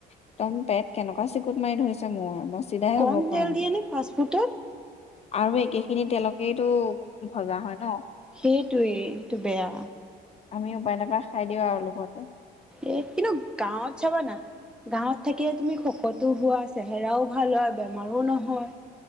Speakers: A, on the left (about 40°); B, in the centre.
A: একদম পেট কেনেকুৱা চিকুত মাৰি ধৰিছে মোৰ চিধাই
B: কম
A: হ'ব পৰা
B: তেল
A: নাই
B: দিয়ে নে ফাষ্ট ফুডত
A: আৰু একেখিনিত তেওঁলোকেই ভজা হয় ন
B: সেইটোৱে এইটো বেয়া
A: আমি উপায় নাপায় খাই দিওঁ আৰু লোভতে
B: এ কিন্তু গাঁৱত চাবা না গাঁৱত থাকিলে তুমি শকতো হোৱা চেহেৰাও ভাল হয় বেমাৰো নহয়